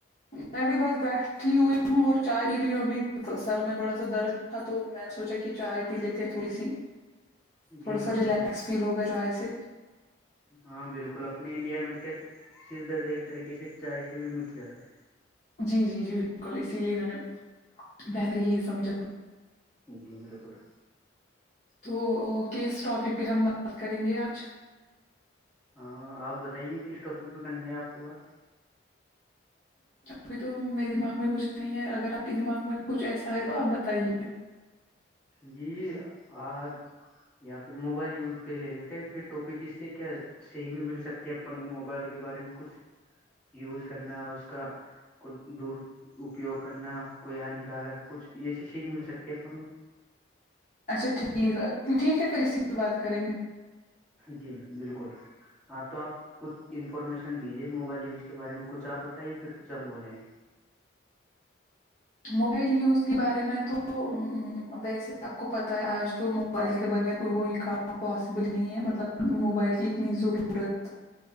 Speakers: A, on the left; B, in the centre.
A: میں بھی بس بیٹھی ہوئی ہوں اور چائے پی رہی ہوں ابھی سر میں تھوڑا سا درد تھا تو میں نے سوچا کہ چائے پی لیتے ہیں تھوڑی سی تھوڑا
B: جی
A: سا
B: بالکل
A: ریلیکس
B: میم،
A: فیل ہوگا چاۓ سے
B: ہاں بالکل اپنے انڈیا میں تو کیا سر درد ایک طریقے سے چائے سے بھی مٹ جاتا ہے
A: جی جی جی بالکل اسی لیے میں نے بہتر یہی سمجھا
B: جی بالکل
A: تو کس ٹاپک پہ ہم بات کریں گے آج
B: ہاں آپ بتائیے کس ٹاپک پہ کرنا ہے آپ کو بات
A: ابھی تو میرے دماغ میں کچھ نہیں ہے اگر آپ کے دماغ میں کچھ ایسا ہے تو آپ بتائیے
B: جی اور یہاں پہ موبائل یوز پھر لے لیتے ہیں پھر ٹاپک اس سے کیا سیکھ بھی مل سکتی ہے اپن کو موبائل کے بارے میں کچھ یوز کرنا اس کا کچھ دراپیوگ کرنا کوئی ہانیکارک کچھ یہ سیکھ مل سکتی ہے اپن کو
A: اچھا ٹھیک ہے ٹھیک ہے پھر اسی پہ بات کریں گے
B: جی میم بالکل ہاں تو آپ کچھ انفارمیشن دیجیے موبائل یوز کے بارے میں کچھ آپ بتائیے پھر کچھ ہم بولیں گے
A: موبائل یوز کے بارے میں تو ہ ویسے آپ کو پتا ہے آج تو موبائل کے بغیر کوئی کام پوسبل نہیں ہے مطلب موبائل کی اتنی ضرو رت